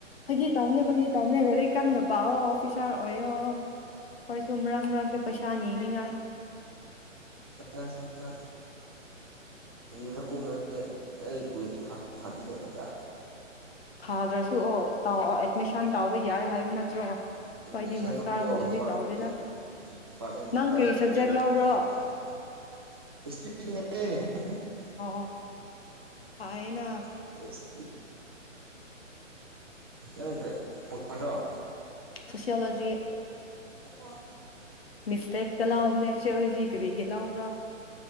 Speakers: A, on the left; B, on the right.
A: ꯑꯩꯒꯤ ꯇꯥꯎꯅꯕꯒꯤ ꯇꯥꯎꯅꯦꯔꯦ ꯀꯟꯅ ꯄꯥꯎꯑꯣ ꯑꯣꯐꯤꯁ ꯁꯥꯔ ꯑꯣꯏꯌꯣ ꯑꯩꯈꯣꯏꯁꯨ ꯃꯔꯛ ꯃꯔꯛꯇ ꯄꯩꯁꯥ ꯅꯤꯅꯤꯉꯥꯏ
B: ꯍꯣꯠꯅꯁꯤ ꯍꯣꯠꯅꯁꯤ ꯌꯨꯗ ꯀꯨꯝꯃꯦ ꯑꯩ ꯀꯨꯏꯁꯨ ꯊꯁꯨ ꯊꯥꯕꯤꯗꯦ ꯐꯖ
A: ꯊꯥꯗ꯭ꯔꯁꯨ ꯑꯣ ꯇꯥꯎꯑꯣ ꯑꯦꯗꯃꯤꯁꯟ ꯇꯥꯎꯕ ꯌꯥꯏ ꯍꯥꯏꯕ ꯅꯠꯇ꯭ꯔꯣ
B: ꯁꯗꯤꯄꯥꯗꯤꯄꯥꯔꯃꯦꯟꯄꯥꯦꯟꯇ
A: ꯑꯩꯈꯣꯏꯗꯤ ꯃꯥꯁꯇꯔꯒꯨꯝꯕꯗꯤ ꯇꯧꯗꯦꯗ ꯅꯪ ꯀꯔꯤ ꯁꯕꯖꯦꯛ ꯂꯧꯕ꯭ꯔꯣ ꯑꯣ
B: <unintelligible>
A: ꯑꯣ ꯐꯩꯅ
B: ꯅꯪ ꯄꯈꯗ꯭ꯔꯣ
A: ꯁꯣꯁꯤꯌꯣꯂꯣꯖꯤ
B: ꯑꯣ
A: ꯃꯁꯦꯛ ꯀꯂ ꯑꯣꯃꯅꯁꯖꯤ ꯀꯔꯤꯒꯤ ꯂꯧꯕ꯭ꯔꯥ